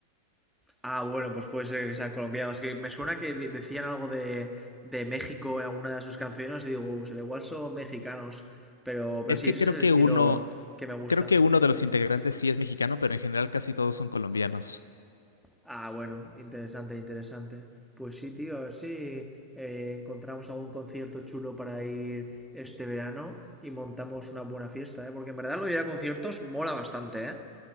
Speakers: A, in the centre; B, on the left.
A: Ah, bueno, pues puede ser que sean colombianos. Que me suena que de- decían algo de, de México en alguna de sus canciones. y digo, pues al igual son mexicanos. Pero, pero
B: Es
A: sí,
B: que
A: ese es
B: creo
A: el
B: que
A: estilo
B: uno,
A: que me gusta.
B: creo que uno de los integrantes sí es mexicano, pero en general casi todos son colombianos.
A: Ah, bueno, interesante, interesante. Pues sí, tío, a ver si eh, encontramos algún concierto chulo para ir este verano y montamos una buena fiesta, ¿eh? Porque en verdad lo de ir a conciertos mola bastante, ¿eh?